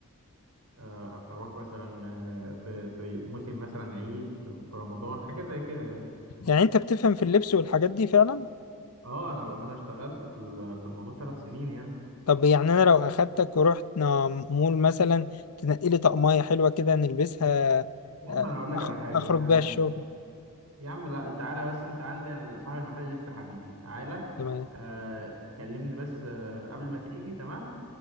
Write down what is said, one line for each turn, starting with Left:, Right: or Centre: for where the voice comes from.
Right: آه، أروح مثلا آه، في في موسم مثلا عيد في في رمضان حاجة زي كده يعني
Left: يعني انت بتفهم في اللبس والحاجات دي فعلا
Right: اه انا انا اشتغلت في ال- في الموضوع ثلاث سنين يعني
Left: طب يعني انا لو اخدتك ورحنا مول مثلا تنقي لي طقمية حلوة كده نلبسها
Right: يا
Left: آه،
Right: عم انا هقول لك
Left: أخ-
Right: على حاجه
Left: اخرج
Right: انا
Left: بيها الشغل
Right: يا عم لا تعالى بس انت عندي انا صاحب المحل لسه حبيبي تعالى
Left: تمام
Right: آه كلمني بس آه قبل ما تيجي تمام